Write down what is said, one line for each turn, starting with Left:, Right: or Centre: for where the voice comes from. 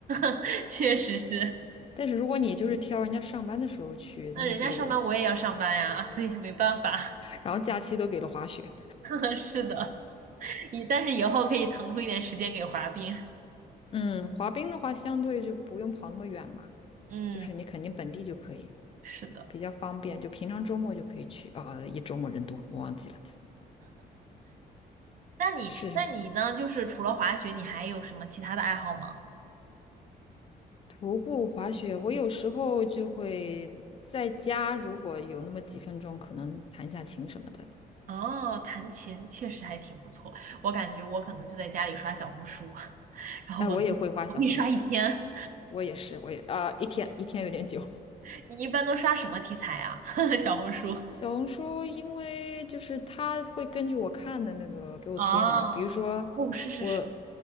Right: <laughs> 确实是。
Left: 但是如果你就是挑人家上班的时候去，
Right: 那人家上班我也要上班呀，
Left: 那就，
Right: 所以就没办法。
Left: 然后假期都给了滑雪，
Right: <laughs> 是的，以但是以后可以腾出一点时间给滑冰。
Left: 嗯，滑冰的话相对就不用跑那么远吧，
Right: 嗯，
Left: 就是你肯定本地就可以，
Right: 是的。
Left: 比较方便，就平常周末就可以去啊，一周末人多，我忘记了。
Right: 那你那你呢？
Left: 是是，
Right: 就是除了滑雪，你还有什么其他的爱好吗？
Left: 徒步滑雪，我有时候就会在家，如果有那么几分钟，可能弹下琴什么的。
Right: 哦，弹琴确实还挺不错，我感觉我可能就在家里刷小红书，<laughs> 然后我
Left: 哎，我也会画小红书，
Right: 我可以刷一天。
Left: 我也是，我也啊、一天一天有点久。
Right: <laughs> 你一般都刷什么题材啊？<laughs> 小红书？
Left: 小红书，因为就是它会根据我看的那个给我推嘛，
Right: 哦，
Left: 比如说
Right: 哦，是是是，
Left: 我，